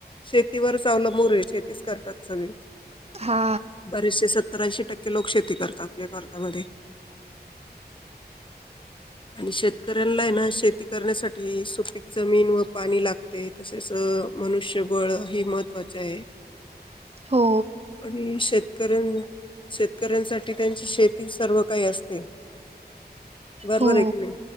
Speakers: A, on the left; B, on the right.
A: शेतीवर अवलंमूर ये, शेतीच करतात सगळी
B: हा
A: बरेसे सत्तर ऐंशी टक्के लोक शेती करता आपल्या भारतामध्ये आणि शेतकऱ्यांलाय ना शेती करण्यासाठी सुपीक जमीन व पाणी लागते तसेच अ अ मनुष्यबळ ही महत्वाचे आहे.
B: हो
A: आणि शेतकऱ्यां शेतकऱ्यांसाठी त्यांची शेती सर्व काही असते. बरबर
B: हो
A: आये की नाही?